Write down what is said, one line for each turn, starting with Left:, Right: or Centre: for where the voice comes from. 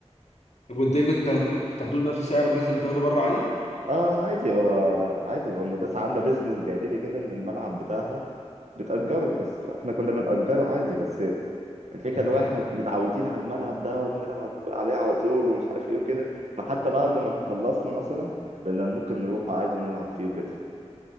Left: طب وانت إيه كنت بتاخدوه بتاخدوه بنفس سعر الناس اللي بتاخده بره عادي
Right: اه عادي هو عادي هو المدرسة عاملة بيزنس جانبي كده ان الملعب بتاعها بتأجره بس فاحنا كنا بنأجره عادي بس الفكرة
Left: اه
Right: اللي هو احنا متعودين على الملعب ده وبنلعب عليه على طول ومش عارف ايه وكده فحتى بعد ما خلصنا مثلا بقينا ممكن نروح عادي نلعب فيه وكده